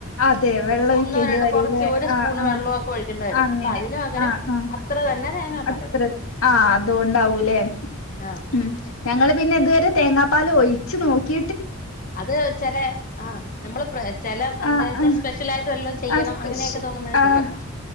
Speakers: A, on the left (about 70°); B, on the left (about 40°).
A: അതെ വെള്ളം ഒഴിക്കേണ്ടി
B: ഒന്നോ രണ്ട്
A: വരൂല്ലേ
B: കുറച്ച് ഒരു സ്പൂൺ
A: ആഹ് ആഹ്
B: വെള്ളമൊക്കെ ഒഴിക്കണ്ടെ വെരും
A: അങ്ങനെ
B: അപ്പൊ അതിന് പകരം
A: ആഹ് ആഹ്
B: അത്ര തന്നെ തേങ്ങാപ്പാൽ
A: അത്ര
B: ഒഴിക്കും
A: ആ അതൊണ്ടാവൂലേ
B: ആ
A: ഉ ഞങ്ങള്ൾ പിന്നെ ഇതുവരെ തേങ്ങാപ്പാൽ ഒഴിച്ച് നോക്കി
B: അത് ചില ആ് നമ്മള് ചെില എന്താ
A: ആഹ്
B: വച്ചാൽ
A: ആഹ്
B: സ്പെഷ്യൽ ആായിട്ട് വല്ലം ചെയ്യണം
A: ആഹ് സ്പെഷ്യ
B: അങ്ങനെയൊക്കെ തോന്നുമ്പോഴ
A: ആഹ്
B: ചെയ്യള്ളോ